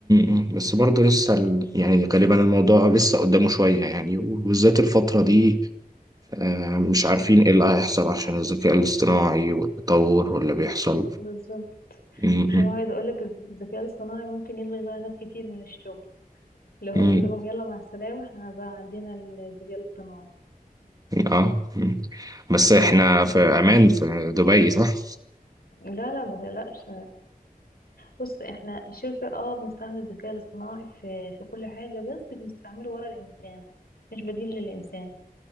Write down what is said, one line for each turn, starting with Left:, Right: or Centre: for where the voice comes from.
Right: م- بس برضو لسه ال- يعني غالبا الموضوع لسه قدامه شوية يعني وبالذات الفترة دي آه مش عارفين إيه اللي هيحصل عشان الذكاء الاصطناعي والتطور واللي بيحصل
Left: بالظبط
Right: م-
Left: اللي هو عايز اقولك الذكاء الاصطناعي ممكن يلغي بقى ناس كتير من الشغل اللي هو
Right: مم.
Left: نقول لهم يلا مع السلامة احنا بقى عندنا الذكاء الاصطناعي
Right: اه مم. بس احنا في عمان في دبي صح؟
Left: لا لا ما تقلقش بص احنا الشركة اه بنستعمل الذكاء الاصطناعي في في كل حاجة بس بنستعمله ورا الانسان مش بديل للانسان